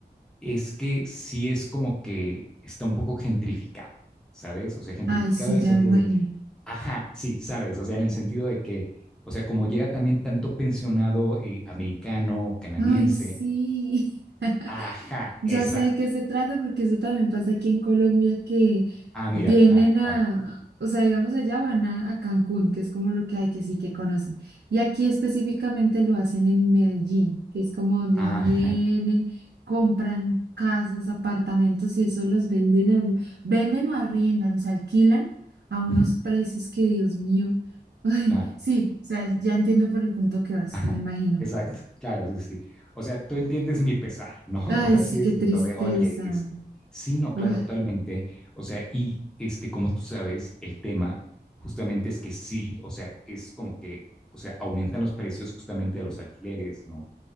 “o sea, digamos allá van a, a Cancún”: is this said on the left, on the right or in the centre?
Right